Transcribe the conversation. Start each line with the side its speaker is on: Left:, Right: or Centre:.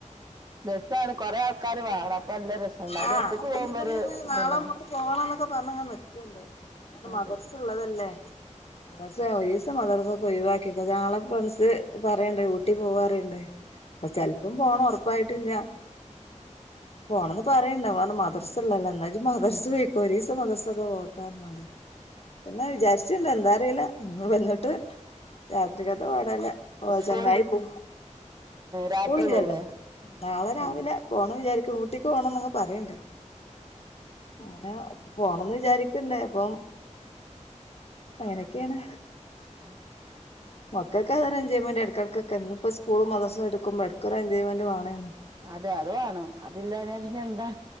Right: രസാണ് കൊറേ ആൾക്കാര് വേണം. നല്ല രസണ്ടാവും
Left: ആഹ്
Right: ഇത് ഒറ്റക്ക്
Left: അപ്പൊ
Right: പോകുമ്പോ
Left: ഇനിയിപ്പോ
Right: ഒരു
Left: ഇങ്ങനെ
Right: ഇതന്നെ
Left: നാളെ മ്മക്ക് പോണംന്നൊക്കെ പറഞ്ഞ്ങ്ങനെ നിക്കാണ്. ഞാൻ
Right: അതെ
Left: മദർസെ ഉള്ളതല്ലേ മദർസ ഒരിസിയും മദർസ ഒക്കെ ഒഴിവാക്കിക്ക് ഞളെ ഫ്രണ്ട്സ് പറയണ്ട് ഊട്ടി പോവാറി ണ്ട്. അപ്പ ചെലപ്പം
Right: അതെ
Left: പോണം ഉറപ്പായിട്ടില്ല. പോണന്ന് പറയണ്ടാവും മദർസ്ള്ളല്ലേ എന്നാ ജ് മദർസ് പെയ്ക്കോ ഒരീസം മദർസൊന്നും പോകാണ് പറഞ്ഞ്ങ്ങാണ്ട് പിന്നെ വിചാരിച്ചിണ്ട് എന്താ അറീല്ല ഇന്ന് വന്നിട്ട് രാത്രികത്ത് പാടല്ലേ. ഓ
Right: സ്കൂൾ
Left: ചങ്ങായി പോ
Right: രാത്രി
Left: സ്കൂളില്ലല്ലോ
Right: പോവേ
Left: നാളെ രാവിലെ
Right: ഉം
Left: പോണം വിചാ പോണംന്ന്ങ്ങ് പറയണ്ട്. അങ്ങനെ ഇപ്പൊ പോണന്ന് വിചാരിക്ക് ന്നേ പ്പം അങ്ങനൊക്കെയാണ്.
Right: <inaudible>
Left: മക്കൾക്ക് അതൊരു എൻജോയ്മെന്റ് എടക്കെടക്കൊക്കെ ഇന്നിപ്പോ സ്കൂളും മദ്രസും എടുക്കുമ്പോ എടക്ക് ഒരു എൻജോയ്മെന്റ് വേണേന്.
Right: അതെ അത് വേണം അതില്ലാന്നാ പിന്നെ എന്താ.